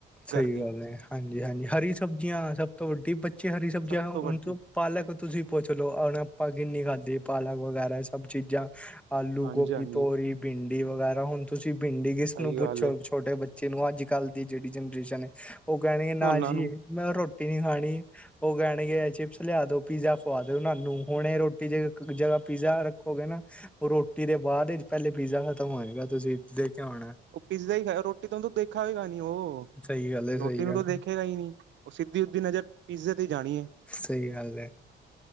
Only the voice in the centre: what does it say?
ਸਈ
ਗੱਲ ਐ, ਹਾਂਜੀ-ਹਾਂਜੀ, ਹਰੀ ਸਬਜ਼ੀਆਂ ਸਭ ਤੋਂ ਵੱਡੀ ਬਚ ਅੱਚੇ ਹਰੀ ਸਬਜ਼ੀਆਂ
ਖਾਓ।
ਉਨਕੋ ਪਾਲਕ, ਤੁਸੀਂ ਪੁੱਛ ਲਓ, ਹੁਣ ਆਪਾਂ ਕਿੰਨੀ ਖਾਧੀ ਪਾਲਕ ਵਗੈਰਾ ਸਭ ਚੀਜ਼ਾਂ। ਆਲੂ,
ਗੋਭੀ,
ਤੋਰੀ, ਭਿੰਡੀ, ਵਗੈਰਾ ਹੁਣ, ਤੁਸੀਂ ਭਿੰਡੀ, ਕਿਸ
ਨੂੰ ਪੁੱਛੋ
ਛੋਟੇ ਬੱਚੇ ਅੱਜ ਕੱਲ ਦੀ ਜਿਹੜੀ ਜਨਰੇਸ਼ਨ ਹੈ ਉਹ ਕਹਿਣਗੇ ਨਾ
ਜੀ,
ਮੈਂ ਰੋਟੀ ਨੀ ਖਾਣੀ। ਉਹ ਕਹਿਣਗੇ ਚਿਪਸ ਲਿਆ ਦੋ, ਪੀਜ਼ਾ ਖਵਾ ਦੋ, ਉਹਾਨ ਨੂੰ ਹੁਣ, ਇਹ ਰੋਟੀ ਜ ਜਗ੍ਹਾ ਪੀਜ਼ਾ ਰੱਖੋਗੇ ਨਾ ਉਹ ਰੋਟੀ ਦੇ ਬਾਅਦ ਚ ਪਹਿਲੇ ਪੀਜ਼ਾ ਖਤਮ ਹੋ ਜਾਏਗਾ ਤੁਸੀਂ ਦੇਖਿਓ ਹੁਨ
ਸਹੀ ਗੱਲ ਹੈ, ਸਹੀ
ਗੱਲ,
ਸਹੀ ਗੱਲ ਹੈ।